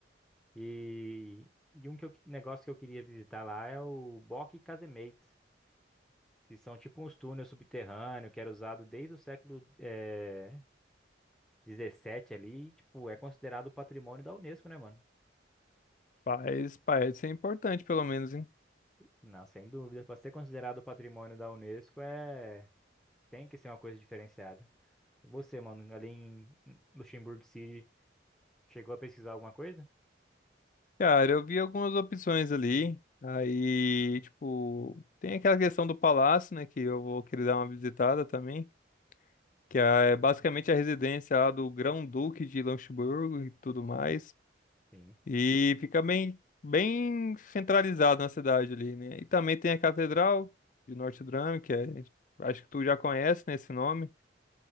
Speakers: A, in the centre; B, on the left.
A: E, e um que eu, negócio que eu queria visitar lá é o Bock Casemates, que são tipo uns túneis subterrâneos que era usado desde o século eh, 17 ali, e, tipo, é considerado patrimônio da Unesco, né, mano?
B: Faz, parece ser importante, pelo menos, hein?
A: Não, sem dúvida. Para ser considerado patrimônio da Unesco, é... tem que ser uma coisa diferenciada. Você, mano, ali em Luxemburgo City, chegou a pesquisar alguma coisa?
B: Cara, eu vi algumas opções ali. Aí, tipo, tem aquela questão do palácio, né? Que eu vou querer dar uma visitada também. Que é basicamente a residência lá do Grão-Duque de Luxemburgo e tudo mais.
A: Sim.
B: E fica bem, bem centralizado na cidade ali, né? E também tem a Catedral de Notre Dame, que é, acho que tu já conhece, né, esse nome,